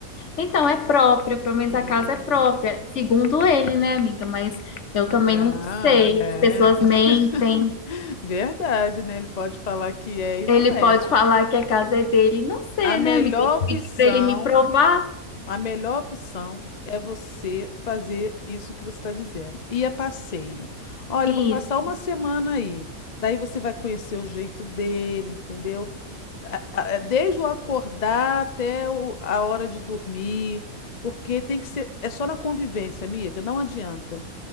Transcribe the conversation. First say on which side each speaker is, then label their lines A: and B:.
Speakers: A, on the left (about 55°); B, on the left (about 40°).
A: Então, é própria, pelo menos
B: Hum.
A: a casa é própria, segundo ele, né, amiga? Mas eu também
B: É,
A: não
B: Ah,
A: sei,
B: é.
A: as pessoas
B: <laughs>
A: mentem.
B: Verdade, né? Ele pode falar que é e
A: Ele
B: não é.
A: pode falar que a casa é dele. Não sei,
B: A melhor
A: né, amiga? Eu não
B: opção,
A: pedi pra ele me provar
B: a melhor opção é você fazer isso que você está dizendo. Ir a passeio. Olha,
A: isso.
B: eu vou passar uma semana aí. Daí você vai conhecer o jeito dele, entendeu? a- a- é, desde o acordar até o- a hora de dormir, porque tem que ser, é só na convivência, amiga, não adianta.